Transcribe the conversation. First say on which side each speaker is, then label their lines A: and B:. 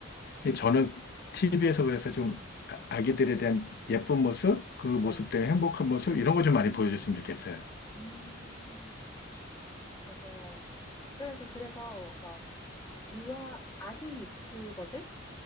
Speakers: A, on the left; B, on the left.
A: 이 저는 TV에서 그래서 좀 아- 아기들에 대한 예쁜 모습, 그 모습
B: 네.
A: 때문에 행복한 모습, 이런 거 좀 많이 보여줬으면 좋겠어요.
B: 음 맞아요. 안 그래도 그래서 막 유아 아기 유튜버들